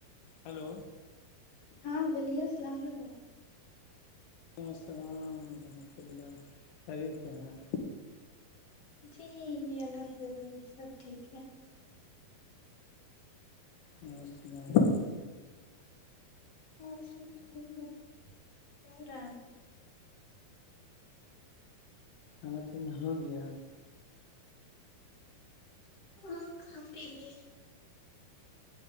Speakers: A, on the left (about 65°); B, on the left (about 45°).
A: ہیلو
B: ہاں بولیے السلام علیکم
A: السلام رحمۃ اللہ خیریت سے ہیں
B: جی جی الحمد للہ سب ٹھیک ہے
A: اور سنائے
B: اچھا ٹھیک ہے کہہ رہا ہیں
A: کھانا پینا ہوگیا
B: ہاں کھا پی لیے